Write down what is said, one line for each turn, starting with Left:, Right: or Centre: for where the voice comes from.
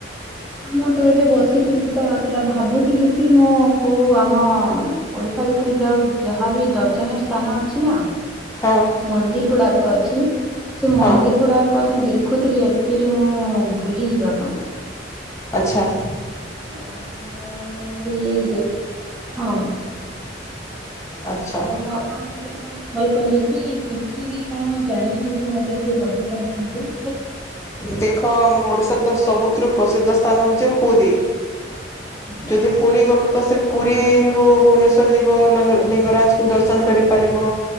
Centre: ହଁ ମୁଁ ତ ଏବେ ବସିଥିଲି ତ ସେଇଟା ଭାବୁଥିଲି କି ମୁଁ କୋଉ ଆମ ଓଡିଶା ଭିତରେ ଯାଉ ଯାହା ବିି ଦର୍ଶନୀୟ ସ୍ଥାନ ଅଛି ନା
Left: ହଁ
Centre: ମନ୍ଦିର ଗୁଡାକ ଅଛି ସେ ମନ୍ଦିର
Left: ହଁ
Centre: ଗୁଡାକ ମୁଁ ଦେଖ ଖୁଦଲିି ସେଠି ମୁଁ ବୁଲି ଯିବା ପାଇଁ
Left: ଆଛା
Centre: ହ ହ ମୁଇଁ ବିଇ ହଁ
Left: ଆଚ୍ଛା
Centre: ତଣୁ ଆପଣଙ୍କୁ ସେଥିପାଇଁ ଭଲ କଲି କି କିଛି ବି କଣ ଜାଣିଛନ୍ତି ତ ମତେ ଟିକେ ବତେଇପଛନ୍ତି
Left: ଦେଖ ଆମର ଓଡିଶାରେ ତ ସବୁଥିରୁ ପ୍ରସିଦ୍ଧ ସ୍ଥାନଉଛି ପୁରୀ
Centre: ହଁ
Left: ଯଦି ପୁରୀ ଗଲ ତ ସେ ପୁରୀରୁୁ ଭୁବନେଶ୍ଵର ଯିବ ଲିଙ୍ଗରାଜ କୁ ଦର୍ଶନ କରିପାରିବ